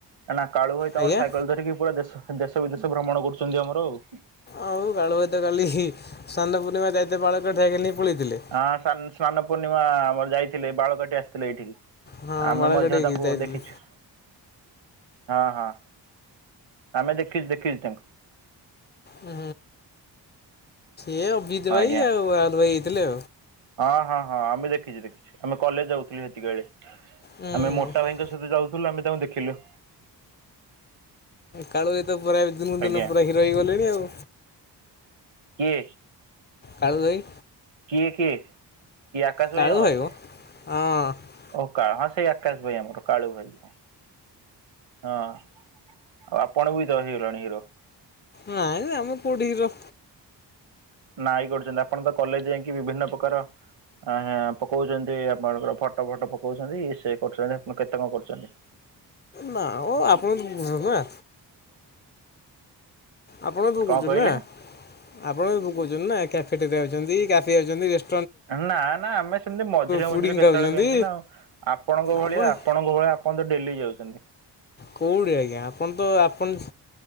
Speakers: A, on the right; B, on the left.
A: ନା ନା କାଳୁ ଭାଇ ତ
B: ଆଜ୍ଞା।
A: ଆମର ସାଇକେଲ ଧରିକି ପୁରା ଦେଶ ଦେଶ ବିଦେଶ ଭ୍ରମଣ କରୁଛନ୍ତି ଆମର ଆଉ।
B: ଆଉ କାଳୁ ଭାଇ ତ କାଲି ସ୍ନାନ ପୂର୍ଣ୍ଣିମା ଯାଇଥିଲେ ବାଳକଠାଏ କାଲି ପଳେଇଥିଲେ।
A: ହଁ ସା ସ୍ନାନ ପୂର୍ଣ୍ଣିମା ଆମର ଯାଇଥିଲେ ବାଳକାଟି ଆସିଥିଲେ ଏଇଠିକି।
B: ହଁ
A: ଆମେ
B: ବାଳକାଟିକି
A: ମଧ୍ୟ ତାଙ୍କୁ
B: ଯାଇଥିଲେ
A: ଦେଖିଛୁ। ହଁ ହଁ ଆମେ ଦେଖିଛୁ ଦେଖିଛୁ ତାଙ୍କୁ।
B: ହୁଁ। ଏ ଅଭିିତ
A: ଆଜ୍ଞା।
B: ଭାଇ ଆଉ ଆଲ ଭାଇ ହେଇଥିଲେ
A: ହଁ ହଁ ହଁ ଆମେ ଦେଖିଛୁ ଦେଖିଛୁ ଆମେ କଲେଜ ଯାଉଥିଲୁ ସେତିକିବେଳେ।
B: ହୁଁ
A: ଆମେ ମୋଟା ଭାଇଙ୍କ ସହିତ ଯାଉଥିଲୁ ଆମେ ତାଙ୍କୁ ଦେଖିଲୁ।
B: କାଳୁ ଏତ ପୁରା ଦିନକୁ ଦିନ
A: ଆଜ୍ଞା
B: ପୁରା ହିରୋ ହେଇଗଲେଣି ଆଉ।
A: କିଏ?
B: କଳେଇ
A: କିଏ କିଏ କିଏ ଆକାଶ
B: କାଳୁ
A: ଭାଇ ଆମର
B: ମ ହଁ
A: ଓ କା ହ ସେଇ ଆକାଶ ଭାଇ ଆମର କାଳୁ ଭାଇ ହଁ ଆଉ ଆପଣ ବି ଦ ହେଇଗଲେଣି ହିରୋ
B: ନାଇ ନାଇ ଆମେ କୋଉଠି ହିରୋ।
A: ନାଇ କରୁଚନ୍ତି ଆପଣ ତ କଲେଜ ଯାଇଁକି ବିଭିନ୍ନ ପ୍ରକାର ଆଜ୍ଞା ପକୋଉଚନ୍ତି ଆପଣଙ୍କର ଫଟୋ ଫଟୋ ପକୋଉଚନ୍ତି ଇଏ ସେ ପଟରେ ଏନା କେତେ କଣ କରୁଚନ୍ତି। ହଁ
B: ନା ଓ ଆପଣ <unintelligible> ନା। ଆପଣ ବି ତ କୋଉଚନ୍ତି
A: କଣ କହିଲେ?
B: ନା ଆପଣ ବି କୋଉଚନ୍ତି ନା କାଫେଟେରିଆ ଯାଉଚନ୍ତି କ୍ୟାଫେ ଯାଉଚନ୍ତି ରେଷ୍
A: ଏ ନା ନା ଆମେ ସେମିତି ମଝିରେ
B: ପୁଡିଂ
A: ମଝିରେ କେତେବେଳେ
B: ଖାଉଛନ୍ତି
A: କେମତି ନା ଆଉ ଆପଣଙ୍କ ଭଳିଆ
B: ଆପଣ
A: ଆପଣଙ୍କ ଭ ଆପଣ ତ ଡେଲି ଯାଉଚନ୍ତି।
B: କୋଉଠି ଆଜ୍ଞା ଆପଣ ତ ଆପଣ